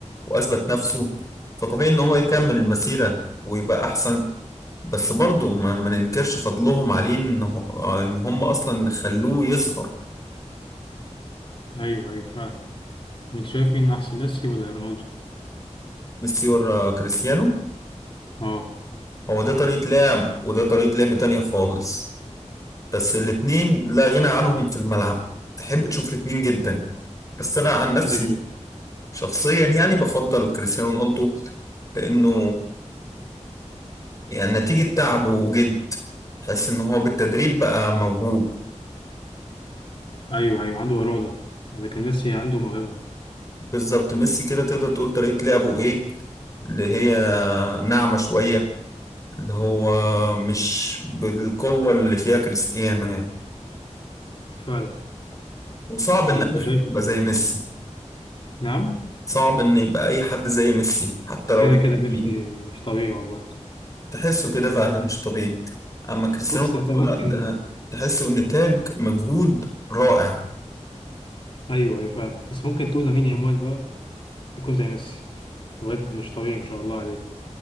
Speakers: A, on the left (about 25°); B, on the left (about 45°).
A: وأثبت نفسه فطبيعي إن هو يكمل المسيرة ويبقى أحسن بس برضه ما, ما ننكرش فضلهم عليه إن, هو... إن هم أصلا اللي خلوه يظهر
B: أيوه أيوه فعلا طب انت شايف مين احسن ميسي ولا رونالدو
A: ميسي ورا كريستيانو
B: اه
A: هو ده طريقة لعب وده طريقة لعب تانية خالص بس الاتنين لا غنى عنهم في الملعب تحب تشوف الاتنين جدا بس أنا عن نفسي
B: كده كده
A: شخصيا يعني بفضل كريستيانو رونالدو لأنه يعني نتيجة تعب وجد تحس ان هو بالتدريب بقى موهوب
B: ايوه ايوه عنده اراده لكن ميسي عنده موهبه
A: بالظبط ميسي كده تقدر تقول طريقة لعبه ايه اللي هي ناعمة شوية اللي هو مش بالقوة اللي فيها كريستيانو يعني
B: فعلا
A: وصعب
B: طب
A: ان اي
B: شايف
A: حد يبقى زي ميسي
B: نعم
A: صعب ان يبقى اي حد زي ميسي حتى لو
B: كده
A: بالتدريب
B: كده ميسي مش طبيعي والله
A: تحسه كده فعلا مش طبيعي اما كريستيانو
B: بص انت ممكن
A: رونالدو لا ده تحسه نتاج مجهود رائع
B: ايوه ايوه فعلا بس ممكن تقول لامين يامال بقى يكون زي ميسي واد مش طبيعي ما شاء الله عليه